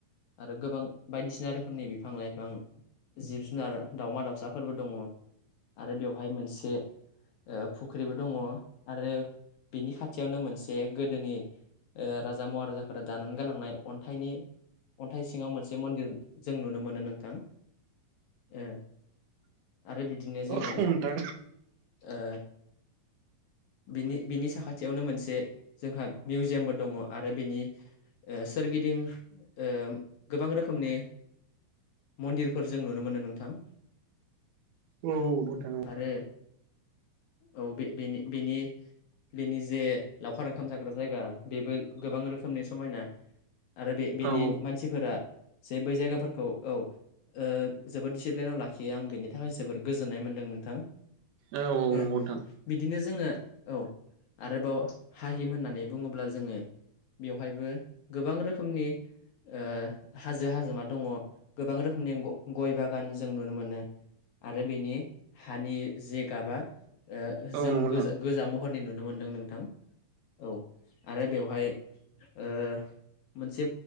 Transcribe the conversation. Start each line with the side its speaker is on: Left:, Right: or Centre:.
Left: आरो गोबां बायदिसिना रोखोमनि बिफां-लाइफां, जिब-जुनार, दाउमा-दाउसा फोरबो दङ। आरो बेवहाय मोनसे ओ फुख्रिबो दङ आरो बिनि खाथियावनो मोनसे गोदोनि ओ राजा महाराजा फोरा दानानै गालांनाय अन्थाइनि अन्थाइ सिङाव मोनसे मन्दिर जों नुनो मोनो नोंथां। ओ आरो बिदिनो जोङो
Right: औ नोंथां
Left: ओ बिनि बिनि साखाथियावनो मोनसे जोंहा मिउजियामबो दङ आरो बिनि ओ सोरगिदिं ओ गोबां रोखोमनि मन्दिर फोर जों नुनो मोनो नोंथां।
Right: औ भुटानाव।
Left: आरो औ बे बेनि बेनि बेनि जे लावखार ओंखाम जाग्रा जायगा बेबो गोबां रोखोमनि समायना। आरो बे बेनि
Right: औ
Left: मानसि फोरा जे बै जायगा फोरखौ औ। ओ जोबोद दिसिप्लेनाव लाखियो आं बेनि थाखाय जोबोर गोजोननाय मोनदों नोंथां।
Right: औ औ औ
Left: ओ
Right: नंगौ नोथां।
Left: बिदिनो जोङो औ आरोबाव हाहिम होननानै बुङोब्ला जोङो बेवहायबो गोबां रोखोमनि ओ हाजो हाजोमा दङ गोबां रोखोमनि गा गय बागान जों नुनो मोनो। आरो बेनि हानि जे गाबा ओ
Right: औ
Left: जों
Right: नंगौ
Left: गोज
Right: नोंथां
Left: गोजा महर रै नुनो मोन्दों नोंथां। औ आरो बेवहाय ओ मोनसे